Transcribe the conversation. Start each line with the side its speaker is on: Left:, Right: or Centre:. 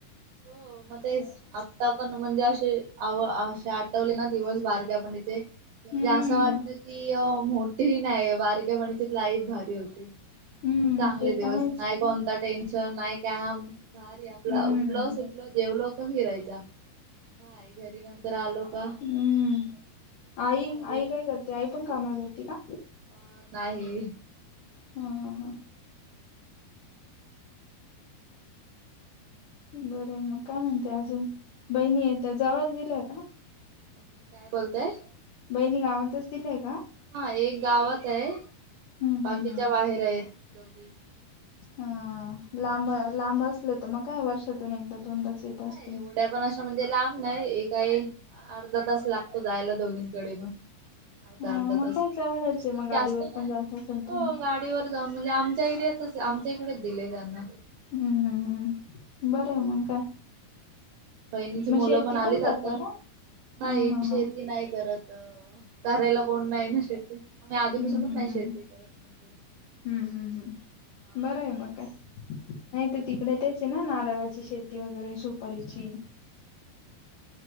Right: हो मग ते आत्ता पण म्हणजे असे आव असे आठवले ना दिवस बारग्या पण जे म्हणजे
Left: हम्म
Right: असं वाटत की मोठीही नाही बारक्यापणीची लाईफ भारी होती
Left: हम्म
Right: चांगले
Left: ते
Right: दिवस
Left: तर आहेच
Right: नाही कोणता टेन्शन नाही काम भारी आपला
Left: हम्म
Right: सुटलं सुटलं देवल का फिरायच काय घरी नंतर आलो का
Left: हम्म
Right: म्हणजे
Left: आई
Right: भारी
Left: आई काय करते आई पण कामाला जाते का
Right: अ नाही
Left: हम् हम् हम् बरं मग काय म्हणते अजून बहिणी येत जवळच दिलाय का
Right: मी काय बोलतय
Left: बहिणी गावातच दिलीय का
Right: हा एक गावात आहे
Left: हम्म
Right: बाकीच्या
Left: हम्म हम्म.
Right: बाहेर आहेत दोघी
Left: हा लांब लांब असल तर मग काय वर्षातून एकदा दोनदाच येत असतील.
Right: नाही एवढ्या पण अशा म्हणजे लांब नाही हे काही अर्धा तास लाग तो जायला दोघींकडे पण अर्धा
Left: हा
Right: अर्धा
Left: मग
Right: तास
Left: काय जवळच
Right: एकदम
Left: आहे मग गाडीवर
Right: जास्त ना
Left: पण जात असेल तुम्ही.
Right: हो गाडीवर जाऊन म्हणजे आमच्या एरियातच आमच्या इकडेच दिले त्यांना
Left: हम्म हम्म हम्म बरं आहे मग काय
Right: बहिणींची
Left: मग
Right: मुलं
Left: शेती
Right: पण आलीत आता
Left: करता का?
Right: नाही
Left: हा हा
Right: शेती
Left: हा.
Right: नाही करत अ कराायला कोण नाही ना शेती आम्ही आधीपासूनच
Left: हम्म हम्म
Right: नाही
Left: हम्म
Right: शेेत करत म्हणजे
Left: हम्म हम्म हम्म.
Right: हा
Left: बरं आहे मग काय नाही तर तिकडे तेच आहे ना नारळाची शेती वगैरे सुपारीची
Right: हो.